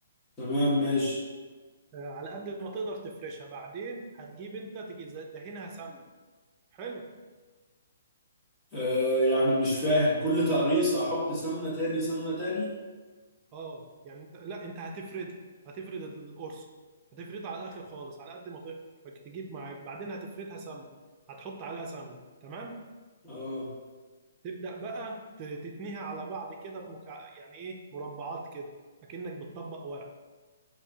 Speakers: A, on the left (about 20°); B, on the right (about 30°).
A: تمام ماشي
B: آه على قد ما تقدر تفرشها بعدين هتجيب أنت تيجي ز- دهنها سمن حلو
A: آه يعني مش فاهم كل تقريصة احط سمنة تاني سمنة تاني
B: أه يعني أنت لا أنت هتفردها هتفرد القرص هتفردها على الآخر خالص على قد ما تقدر فك- تجيب معاك بعدين هتفردها سمن هتحط عليها سمن تمام
A: اه
B: تبدأ بقى ت- تتنيها على بعض كده مكع... يعني إيه مربعات كده أكنك بتطبق ورق